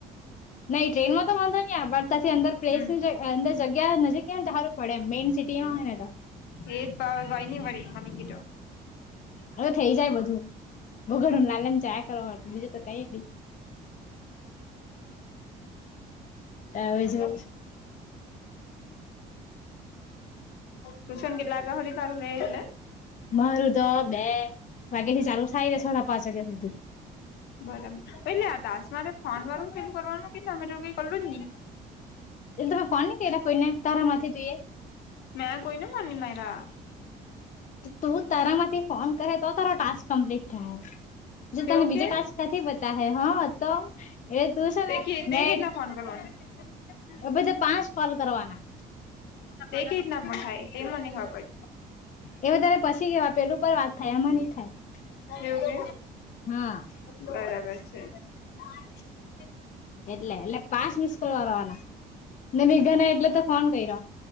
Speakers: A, on the left (about 50°); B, on the left (about 80°).
A: નહી ટ્રેનમાં તો વાંધો નહીં પણટી અંદર પ્લેસની
B: હમ
A: અંદર જગ્યા નજીકને તારું પડેમ મેઈન સિટીમાં હોય ને તો
B: એ પા ગઈ ન વારી મ ન ગટો
A: હવે થઈ જાય બધું બગડ લાલમ ચાયા કરવા બીજું તો કઈ ની હવે જવું
B: ક ટુશન કેટલા જાહરી તાર રહે એને
A: મારું તો બે વાગ્યા થી ચાલુ થાય છે સાડા પાંચ વાગ્યા સુધી
B: બરાબર એલે દાસ મારે ફોન વાર ફીલ કરવાનું કે તમે તોું કઈ કરલું જ નહી
A: એલે તમે ફોન કર્યા કોઈને તારા માંથી જોઈએ
B: મેં કોઈ ન બોની મા એરા
A: તું તારા માંથી ફોન કરે તો તારો ટાસ્ક કમ્પ્લીટ થાય જે તને
B: એવું
A: બીજો
B: કે
A: ટાસ્ક નથી પતા હૈ હા તો એલે તું છે
B: તે
A: ને
B: કેટલા
A: મે
B: <unintelligible>
A: એ બધે પાંચ કોલ કરવાના
B: તે કેવી રીનામાં થાય તે મને ખબર
A: એવે તારે પછી કેવા પેલું પણ વાત થાય આમાં નહી થાય
B: એવ હ
A: હા
B: બરાબર છે <inaudible>
A: એટલે એટલે પાસ મિસ કરવાવાના ને મેઘાના એટલે તો ફોન કર્યો